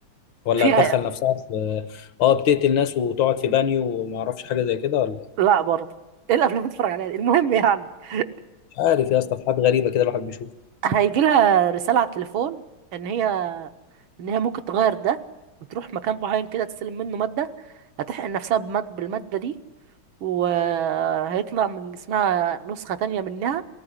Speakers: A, on the left (about 70°); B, on the right (about 75°).
A: ولا
B: فيها
A: هتدخل نفسها في اه بتقتل ناس وتقعد في بانيو وما اعرفش حاجه زي كده ولا
B: لا برضه <laughs> إيه الأفلام اللي بتتفرج عليها دي؟ المهم يعني <laughs>
A: مش عارف يا اسطى في حاجات غريبه كده الواحد بيشوفها
B: هيجي لها رسالة على التليفون إن هي إن هي ممكن تغير ده وتروح مكان معين كده تستلم منه مادة هتحقن نفسها بماد... بالمادة دي وهيطلع من جسمها نسخة تانية منها